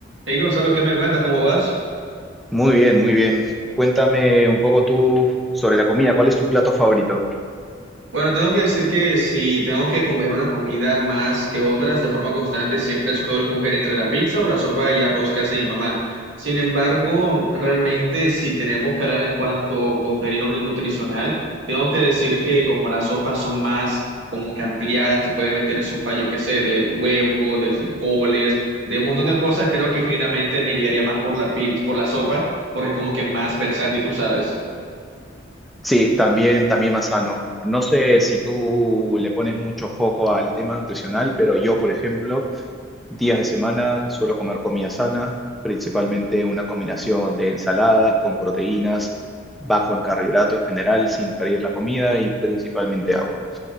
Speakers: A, on the right (about 70°); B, in the centre.
A: Hey Gonzalo, ¿qué me cuentas? ¿Cómo vas?
B: Muy bien, muy bien. Cuéntame un poco tú sobre la comida. ¿Cuál es tu plato favorito?
A: Bueno, tengo que decir que si tengo que comer una comida más que otras de forma constante, siempre escoger escoger entre la pizza o la sopa y arroz que hace mi mamá. Sin embargo, realmente si tenemos que hablar en cuanto a contenido nutricional, tengo que decir que como las sopas son más como que ampliadas, tú puedes meter sopa, yo qué sé, de huevo, de frijoles, de un montón de cosas, creo que genuinamente me llegaría más por la pizza, por la sopa, porque como que más versátil, tú sabes.
B: Sí, también, también más sano. No sé si tú le pones mucho foco al tema nutricional, pero yo, por ejemplo, días de semana suelo comer comida sana, principalmente una combinación de ensaladas con proteínas, bajo en carbohidratos en general, sin freír la comida y principalmente agua.